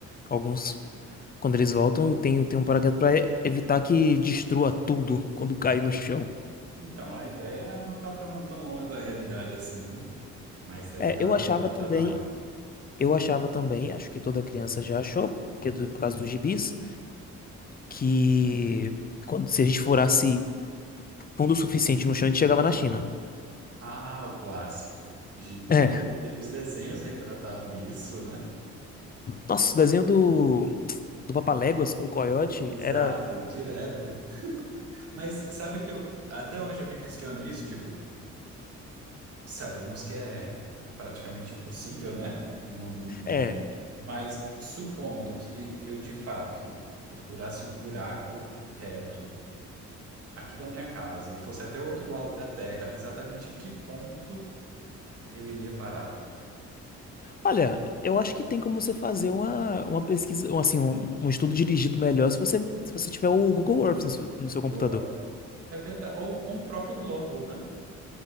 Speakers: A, on the left (about 30°); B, on the right (about 50°).
A: Alguns, quando eles voltam, tem, tem um paraquedas pra e- evitar que destrua tudo <laughs> quando cair no chão.
B: Então, a ideia não tá tão, tão longe da realidade assim, né? Mas deve
A: É,
B: dar,
A: eu achava
B: deve ter
A: também,
B: trabalho.
A: eu achava também, acho que toda criança já achou, porque do- por causa dos gibis, que quando se a gente furasse fundo o suficiente no chão, a gente chegava na China.
B: Ah, o clássico. Gibi,
A: É.
B: de- os desenhos retratavam isso, né?
A: Nossa, o desenho do, do Papaléguas com o Coyote
B: Exato,
A: era.
B: direto. Mas sabe que eu até hoje eu me questiono isso, digo, sabemos que é praticamente impossível, né? Não- não- não-
A: É.
B: mas supondo que eu de fato furasse um buraco reto aqui da minha casa e fosse até o outro lado da Terra, exatamente em que ponto eu iria parar?
A: Olha, eu acho que tem como você fazer uma, uma pesquisa, um, assim, um, um estudo dirigido melhor se você, se você tiver o Google Earth no seu, no seu
B: Gorf.
A: computador.
B: É verdade. Ou, ou um próprio globo, né?